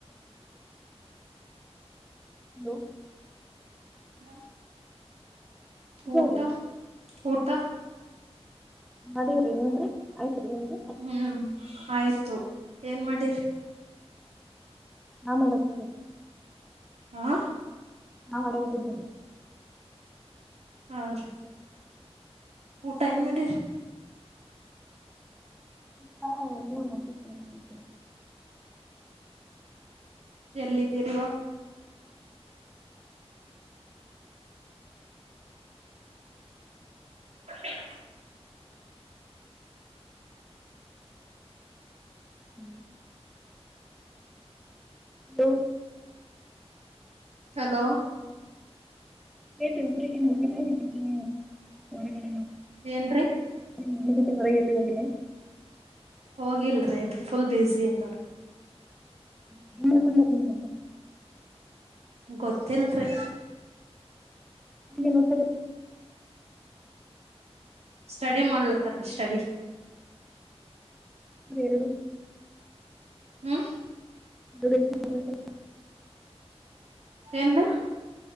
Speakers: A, in the centre; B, on the right.
A: ಹಲೋ
B: ಹ
A: ಪೂಜಾ
B: ಊಟ
A: ಅವ್ರೆ
B: ಊಟ
A: ಮಾಡೇವ್ರಿ ನಿಮ್ರಿ ಆಯ್ತ್ರಿ ನಿಮ್ದು
B: ಹ್ಮ್ ಆಯ್ತು ಏನ್ ಮಾಡಿರಿ
A: ನಾ ಮಾಡಾಕತ್ತೀ ಉರಿ
B: ಹಾ
A: ನಾಮಾಡಬೇಕಿದ್ದೀರಿ
B: ಹಾ ರೀ ಊಟ ಏನು ಮಾಡಿರಿ
A: ಹಾ ಹೋಗಿ ಹೋಗಿದ್ದೆ ಮಲಿಕಡಿ
B: ಎಲ್ಲಿದ್ದಿರವ್ವ ಹ
A: ಹ್ಮ್ ಹಲೋ
B: ಹಲೋ
A: ಏ ಊರಿಗೆ ಹೋಗಲ್ಲ ಹೇತಿದ್ದೀನ ಹೊರಗಡೆ ನೋ
B: ಏನ್ರೀ
A: ಹ್ಮ ನಿ ತಿಂಗ್ರ ಎಲ್ಲಿ ಒಳ್ಳನೆ
B: ಹೋಗಿಲ್ರಿ ಫುಲ್ ಬಿಜಿ ಇದರ
A: ಡ ನಿ <inaudible>
B: ಗೊತ್ತಿಲ್ರಿ
A: ಮನು <inaudible>
B: ಸ್ಟಡಿ ಮಾಡ್ಲತ್ತಾರೀ ಸ್ಟಡಿ
A: ಎರಡು
B: ಹ್ಮ
A: <unintelligible>
B: ಎಲ್ಲ